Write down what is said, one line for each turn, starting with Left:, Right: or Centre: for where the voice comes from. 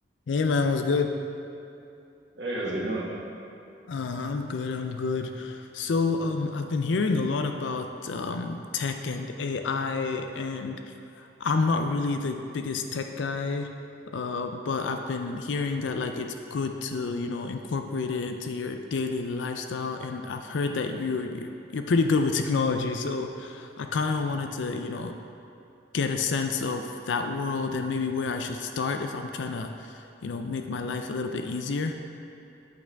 Left: Hey man, what's good?
Right: Hey, how's it going?
Left: Uh, I'm good, I'm good. So, um, I've been hearing a lot about um, tech and AI, and I'm not really the biggest tech guy, uh, but I've been hearing that like it's good to, you know, incorporate it into your daily lifestyle, and I've heard that you you you're pretty good with technology, so I kind of wanted to, you know, get a sense of that world and maybe where I should start if I'm trying to, you know, make my life a little bit easier.